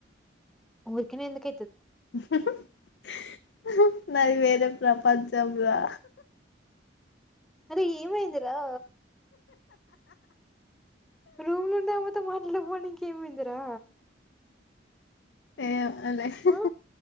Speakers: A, in the centre; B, on the left.
A: ఉరకనే ఎంధుక్
B: ఉహు హు హు నాది వేరు వెరే ప్రపంచంలా
A: అరే ఏమైందిరా రూమ్లోఉండే ఆమెతో మాట్లే పోనికి ఏమైందిరా
B: ఏ ఏల్ హు
A: ఆ